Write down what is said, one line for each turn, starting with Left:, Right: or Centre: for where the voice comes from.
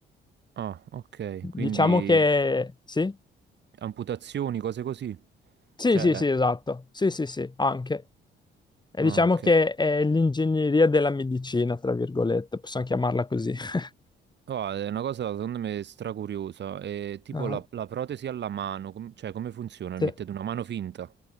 Right: Ah, ok,
Left: Diciamo
Right: quindi
Left: che sì,
Right: amputazioni, cose così.
Left: sì,
Right: Cioè,
Left: sì, sì, esatto, sì, sì, sì, anche. E
Right: ah,
Left: diciamo
Right: ok.
Left: che è l'ingegneria della medicina, tra virgolette, possiamo chiamarla così. <laughs>
Right: Oh, è una cosa secondo me stracuriosa, è tipo
Left: Ah,
Right: la, la protesi alla mano, com- cioè come funziona?
Left: sì.
Right: Mettete una mano finta?